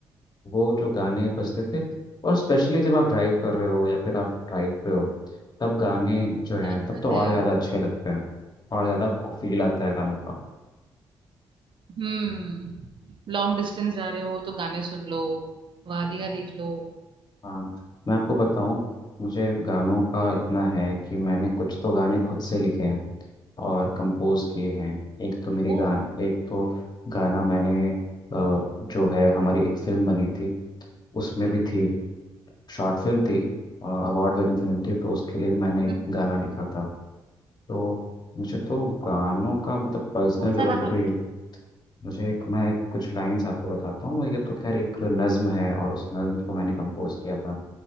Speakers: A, on the left (about 40°); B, on the right (about 50°).
A: वो जो गाने बजते थे और स्पेशली जब आप ड्राइव कर रहे हो या फिर आप ड्राइव पे हो तब गाने जो हैं
B: जन्नत
A: तब तो
B: है
A: और ज़्यादा अच्छे लगते हैं और ज़्यादा आपको फील आता है गानों का
B: हम्म लॉन्ग डिस्टेंस जा रहे हो तो गाने सुन लो वादियां देख लो
A: हाँ मैं आपको बताऊं मुझे गानों का इतना है कि मैंने कुछ तो गाने खुद से लिखे हैं और कंपोज किए हैं एक तो मेरी गान
B: ओ
A: एक तो गाना मैंने अ, जो है हमारी एक फिल्म बनी थी उसमें भी थी शॉर्ट फिल्म थी अवार्ड विनिंग फिल्म थी तो उसके लिए भी मैंने एक
B: हम्म,
A: गाना लिखा था तो मुझे तो गानों का मतलब पर्सनल
B: कौन
A: लेवल
B: सा गाना
A: पे
B: लिखे
A: भी मुझे एक मैं कुछ लाइंस आपको बताता हूँ ये तो खैर एक नज्म है और उस नज्म को मैंने कंपोज किया था